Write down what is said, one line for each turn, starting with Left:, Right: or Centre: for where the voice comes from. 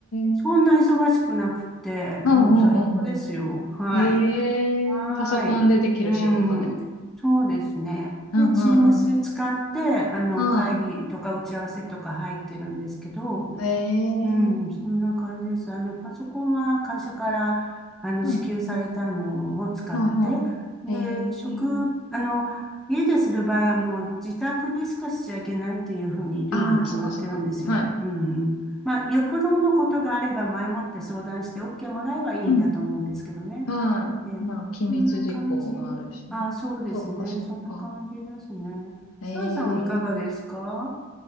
Centre: そんな忙しくなくて、
Left: ー。うんうんうんう
Centre: もう最高ですよ。はい。
Left: ん。えー。
Centre: はーい。
Left: パソコンでできる仕事で。
Centre: うん。そうですね。
Left: うんうんうん。
Centre: で、Teams 使って、あの、
Left: は
Centre: 会議とか打ち合わせとか入ってるんですけど、
Left: い。えー。
Centre: うん、そんな感じです。あの、パソコンは会社から、あの、
Left: うん。
Centre: 支給されたのを使って、
Left: はいはい。
Centre: で、
Left: えー。
Centre: 職、あの、家でする場合はもう自宅でしかしちゃいけないっていうふうにルール決まってるんですよ。
Left: あー、そっかそっか。はい。
Centre: うんうん。まあ、よっぽどのことがあれば前もって相談して OK もらえばいいんだと思うんですけどね。
Left: うんはい。
Centre: ええ、
Left: まあ、機密事項はあるしね。
Centre: こんな感じ。あ、そうですね。
Left: そっか、そっか。
Centre: そんな感じですね。
Left: ええ
Centre: さえさんいかがですか